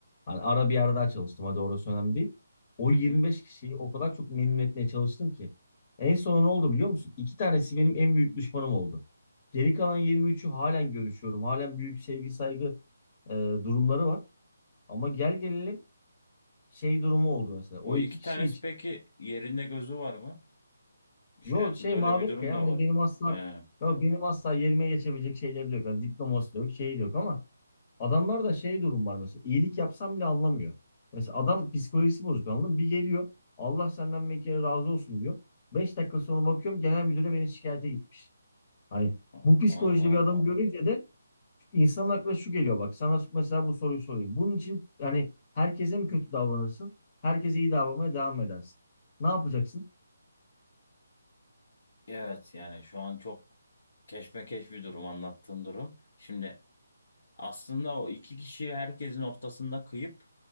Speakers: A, on the left; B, on the left.
A: Hani ara bir yerde daha çalıştım. Hadi orası önemli değil. O
B: Hı
A: 25
B: hı.
A: kişiyi o kadar çok memnun etmeye çalıştım ki. En son ne oldu biliyor musun? İki tanesi benim en büyük düşmanım oldu. Geri kalan 23'ü halen görüşüyorum. Halen büyük sevgi saygı e, durumları var. Ama gel gelelim şey durumu oldu mesela. O
B: O
A: iki
B: iki
A: kişi
B: tanesi
A: için
B: peki yerinde gözü var mı? İş
A: Yok
B: hayatında
A: şey
B: öyle
A: mavi.
B: bir durum
A: ya, yani
B: da var.
A: benim asla
B: He.
A: yok benim asla yerime geçebilecek şeyleri de yok. Yani diploması da yok, şeyi de yok ama adamlar da şey durum var mesela iyilik yapsam bile anlamıyor. Mesela adam psikolojisi bozuk anladın mı? Bir geliyor Allah senden bir kere razı olsun diyor. Beş dakika sonra bakıyorum genel müdüre beni şikayete gitmiş. Hani
B: Allah
A: bu psikolojide
B: Allah.
A: bir adam görünce de insanın aklına şu geliyor bak sana mesela bu soruyu sorayım. Bunun için yani herkese mi kötü davranırsın? Herkese iyi davranmaya devam mı edersin. Ne yapacaksın?
B: Evet yani şu an çok keşmekeş bir durum anlattığın durum. Şimdi aslında o iki kişiyi herkesin ortasında kıyıp